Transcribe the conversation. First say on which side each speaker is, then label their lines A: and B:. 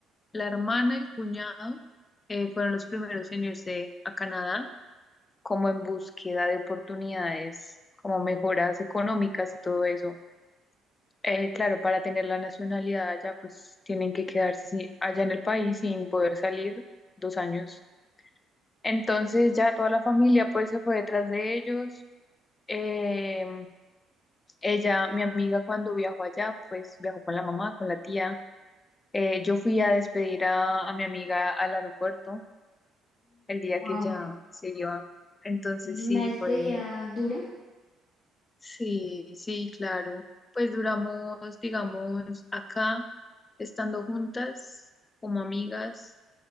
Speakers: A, on the left (about 30°); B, on the left (about 50°).
A: la hermana y el cuñado eh, fueron los primeros en irse a Canadá como en búsqueda de oportunidades, como mejoras económicas y todo eso. Eh, claro, para tener la nacionalidad allá, pues tienen que quedarse sí, allá en el país sin poder salir dos años. Entonces ya toda la familia pues se fue detrás de ellos. eh, Ella, mi amiga, cuando viajó allá, pues viajó con la mamá, con la tía. Eh, yo fui a despedir a, a mi amiga al aeropuerto el día
B: wow.
A: que ya se iba. Entonces
B: Una
A: sí,
B: despedida
A: fue,
B: dura,
A: sí, sí, claro. Pues duramos, digamos, acá, estando juntas, como amigas,